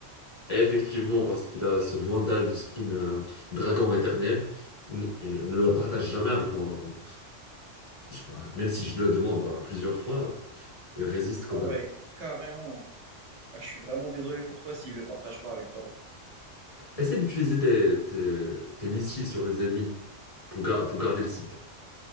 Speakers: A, on the left (about 30°); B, on the right (about 65°).
A: effectivement, parce qu'il a ce vandal de skin euh, dragon éternel, il, ne il ne le partage jamais avec moi. Donc, je- bah, même si je le demande bah, plusieurs fois, il résiste quand
B: Ah
A: même.
B: ouais, carrément. Ah, je suis vraiment désolé pour toi s'il ne le partage pas avec toi.
A: Essaie d'utiliser tes, tes- tes missiles sur les ennemis pour, gar- pour garder le site.